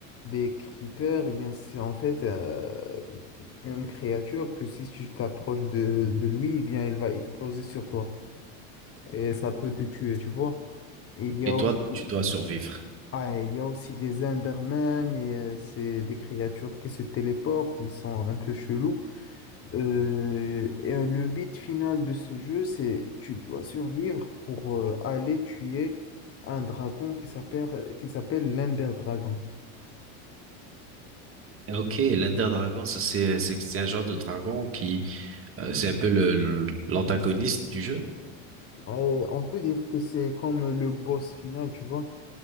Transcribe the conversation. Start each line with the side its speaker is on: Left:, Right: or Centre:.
Left: des creepers. et bien, c'est en fait euh, une créature que si tu t'approches de, de lui, eh bien, elle va exploser sur toi. Et ça peut te tuer, tu vois. Il y a
Right: Et toi,
Left: aussi,
Right: tu dois survivre.
Left: ouais, il y a aussi des Endermen. Et, euh, c'est des créatures qui se téléportent. Ils sont un peu chelous. Euh, et euh, le but final de ce jeu, c'est tu dois survivre pour euh, aller tuer un dragon qui s'appelle qui s'appelle l'Ender Dragon.
Right: Ok, l'Ender Dragon, ça c'est c'est c'est un genre de dragon qui euh, c'est un peu le le- l'antagoniste du jeu.
Left: Euh, on peut dire que c'est comme le boss final, tu vois.